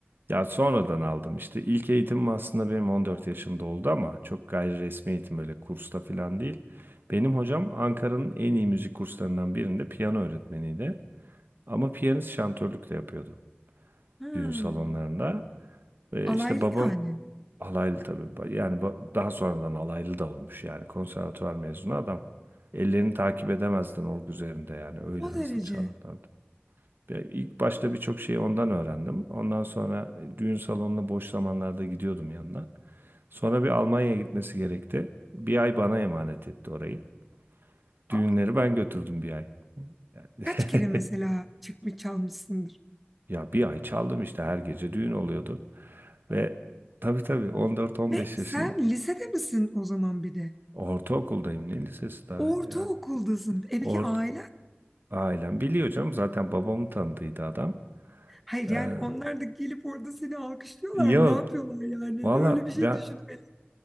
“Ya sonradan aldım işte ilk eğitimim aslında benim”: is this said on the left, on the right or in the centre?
Right